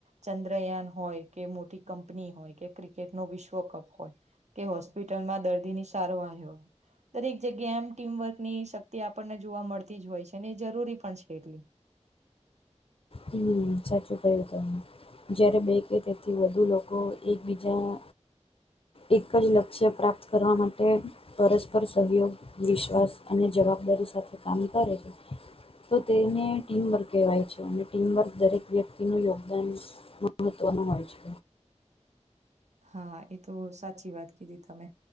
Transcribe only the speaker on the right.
ચંદ્રયાન હોય કે મોટી કંપની હોય કે ક્રિકેટ નો વિશ્વ કપ હોય. કે હોસ્પિટલ માં દર્દી ની સારવાય હોય દરેક જગ્યા આમ ટીમવર્ક ની શક્તિ આપણને જોવા મળતી જ હોય છે ને એ જરૂરી પણ છે એટલી.
હા, એ તો સાચી વાત કીધી તમે.